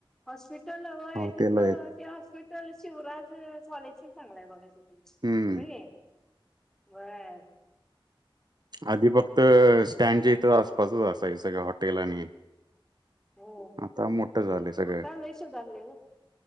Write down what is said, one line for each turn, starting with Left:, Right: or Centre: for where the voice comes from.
Centre: हॉस्पिटल व्हय
Right: हॉटेल
Centre: तिथं
Right: आहेत
Centre: ते हॉस्पिट च शिवराज कॉलेज चांगलाय बघा व्हणे.
Right: हम्म
Centre: व्हय.
Right: आधी फक्त स्टँडच्या इथं आसपासच असाय सगळ हॉटेल आणि
Centre: हो
Right: आता मोठं झाले सगळं
Centre: आता लय सुधारलय हो